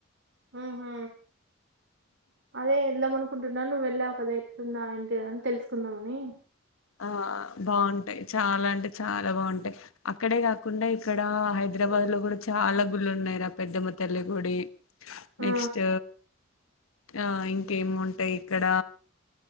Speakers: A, on the right; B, on the left.
A: మ్మ్ హు అదే వెళ్దాం అనుకుంటున్నా నువ్వెల్ ఇలా ఒకద్ ఎట్లుందా ఏంటిదని తెలుసుకుందామని
B: ఆ బాగుంటాయి చాలా అంటే చాలా బాగుంటాయి అక్కడే కాకుండా ఇక్కడ హైదరాబాద్ లో కూడా చాలా గుళ్ళున్నాయిరా పెద్దమ్మ తల్లి గుడి నెక్స్ట్
A: ఆ
B: ఆ ఇంకేముంటాయి ఇక్కడ